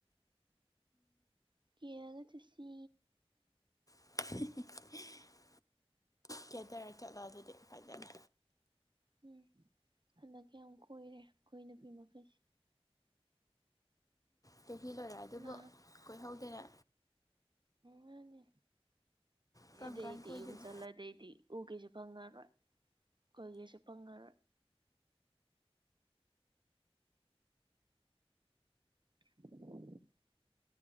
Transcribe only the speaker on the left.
<inaudible> ꯀꯦꯗꯔ ꯆꯠꯂꫭ ꯑꯗꯨꯗꯤ ꯐꯖꯅꯥ
ꯆꯍꯤ ꯂꯣꯏꯔꯥ ꯑꯗꯨꯕꯨ
ꯀꯣꯏꯍꯧꯗꯅꯥ
ꯀꯔꯝ
ꯀꯥꯟ ꯀꯣꯏꯗꯣꯏꯅꯣ